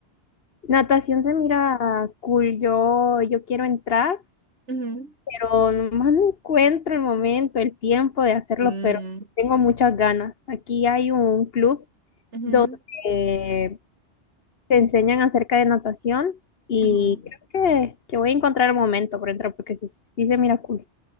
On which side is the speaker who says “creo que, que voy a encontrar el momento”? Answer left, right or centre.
Left